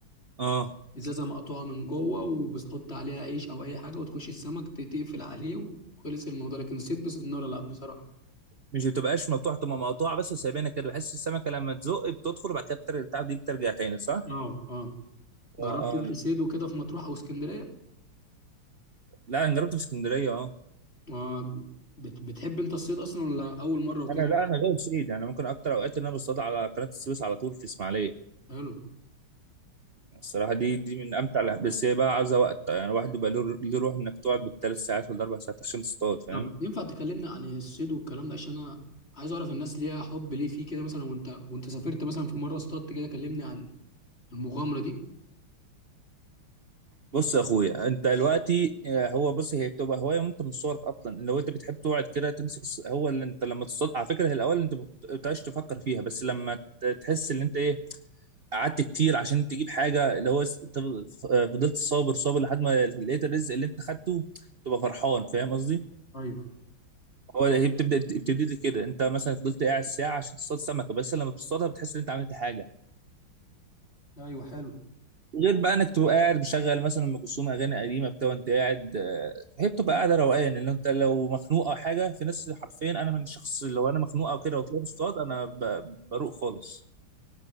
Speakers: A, on the right; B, on the left.
A: اه
B: ازازه مقطوعه من جوه وبتحط عليها عيش او اي حاجه وتخش السمك ت- تقفل عليه وخلص الموضوع لكن صيد بسناره لا بصراحه
A: مش بتبقاش مفتوحه تبقى مقطوعه بس وسايبينها كده بحس السمكه لما تزق بتدخل وبعد كده بتر- بتاع دي بترجع تاني صح؟
B: اه اه جربت
A: اه اه
B: انت صيد وكده في مطروح او اسكندريه
A: لا انا جربت في اسكندريه اه
B: آه بت بتحب انت الصيد اصلا ولا اول مره وكده
A: انا لا انا غير سعيد انا ممكن اكتر اوقات ان انا بصطاد على قناه السويس على طول في اسماعيليه
B: حلو
A: الصراحه دي دي من امتع الأ- بس هي بقى عايزه وقت يعني الواحد بيبقى له له روح انك تقعد بالثلاث ساعات ولا اربع ساعات عشان تصطاد فاهم
B: طب ينفع تكلمنا عن الصيد والكلام ده عشان انا عايز اعرف الناس ليها حب ليه فيه كده مثلا وانت وانت سافرت مثلا في مره اصطادت كده كلمني عن المغامرة دي
A: بص يا اخويا انت دلوقتي آه، هو بص هي بتبقى هوايه وانت من صغرك اصلا لو انت بتحب تقعد كده تمسك الص- هو اللي انت لما تصطاد على فكره هي الاول انت ما بتبقاش تفكر فيها بس لما ت- تحس ان انت ايه قعدت كتير عشان تجيب حاجه اللي هو س- طب- آه، فضلت صابر صابر لحد ما لقيت الرزق اللي انت خدته تبقى فرحان فاهم قصدي؟
B: ايوه
A: هو هي بتبدا بتبتدي لي كده انت مثلا فضلت قاعد ساعه عشان تصطاد سمكه بس لما بتصطادها بتحس ان انت عملت حاجه
B: ايوه حلو
A: غير بقى انك تبقى قاعد مشغل مثلا ام كلثوم اغاني قديمه بتاع وانت قاعد آه، هي بتبقى قاعده روقان لان انت لو مخنوق او حاجه في ناس حرفيا انا من شخص لو انا مخنوق او كده وطلعت اصطاد انا ب- بروق خالص